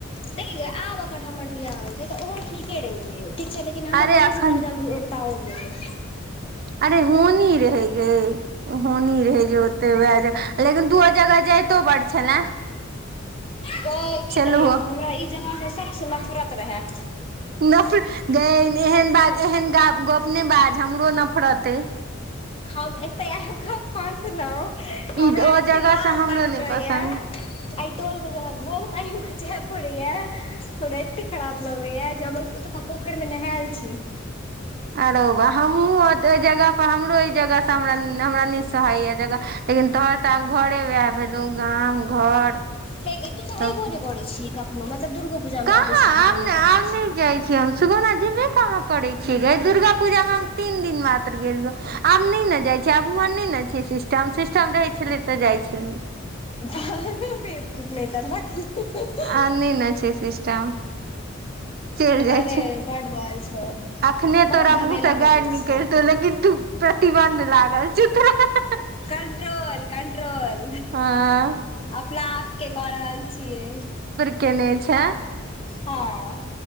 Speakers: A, on the left; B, on the right.
A: देखी गै आब अगर हमर बियाह होेयतै तऽ ओहो ठीके रहिते। ठीक छैय लेकिन हमर
B: अरे
A: मम्मीसँ
B: अखन
A: कनि जल्दी उगताओ गेलै।
B: अरे होनी रहय गै। ओ होनी रहै जे ओते वएह जगह लेकिन तू ओ जगह जाइतो बड़ छले।
A: गै की
B: छलहो
A: कहियौ हमरा ई जगह से सच्छ नफरत रहए।
B: नफ गै एहन बात गप नय बाज हमरो नफरत अइ।
A: हम एते आबिके फसलहुँ हमरा
B: ई ओ
A: एते
B: जगह
A: लाज
B: से हमरो
A: लागैत
B: नहि
A: रहैया।
B: पसन्द
A: आइ टोल मे जे हमरा घोघ तानिके जाय पड़ैया। हमरा एते खराब लगैया जे हम ओतुका पोखरिमे नहायल छी।
B: आरो बा हमहूँ ओहि जगहपर हमरो एहि जगहसँ हम हमरा नहि सोहाइए जगह। लेकिन तोहर तऽ आब घरे वएह भेलहु गाम, घर।
A: हे गै तू त
B: सबटा
A: ऐबो नहि करे छी कखनो मतलब दुर्गो पूजामे
B: कहाँ
A: अबै छीही
B: आब
A: त नहि
B: ने आब
A: अबैत छी।
B: जाइ हम सुगौना जेबे कहाँ करै छियै गै, दुर्गापूजा में हम तीन दिन मात्र गेलियौ। आब नहि ने जाइ छैै, आब ओम्हर नहि ने छै सिस्टम, सिस्टम रहै छलै तऽ जाइ छलियै।
A: भऽ भ खूफ नहि त।
B: आ नहि ने छै, सिस्टम। चलि जाइ
A: अरे
B: छी,
A: बड बाजै छै
B: अखने
A: बहुत
B: तोरा
A: झमेला
B: मुँह से
A: भऽ
B: गारि
A: जाइ
B: निकलतौ,
A: छै
B: लेकिन तू। प्रतिबन्ध लागल छौ तोरा।
A: कंट्रोल-कंट्रोल।
B: हँ
A: अपना आपके कऽ रहल छियै।
B: कयने छै।
A: हँ,